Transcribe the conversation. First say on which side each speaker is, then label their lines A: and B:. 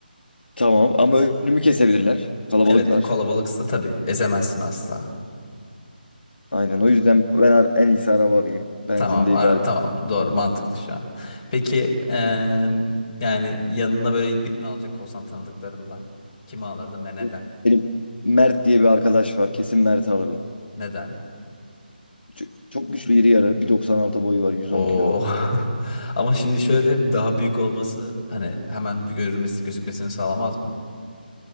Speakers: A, on the left; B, on the left.
A: Tamam ama önümü kesebilirler. Kalabalıklar.
B: Evet kalabalıksa tabii ezemezsin asla.
A: Aynen o yüzden ben ar- en iyisi araba alayım. Benzinde
B: Tamam ara-
A: idare
B: tamam doğru mantıklı şu an. Peki eee, yani yanına böyle birini alacak olsan tanıdıklarından kimi alırdın ve neden?
A: edeyim. Benim Mert diye bir arkadaş var. Kesin Mert'i alırdım.
B: Neden?
A: Çok, çok güçlü iri yarı. 1.96 boyu var 110
B: Oo.
A: kilo.
B: <laughs> Ama şimdi şöyle daha büyük olması hani hemen bir görülmesi gözükmesini sağlamaz mı?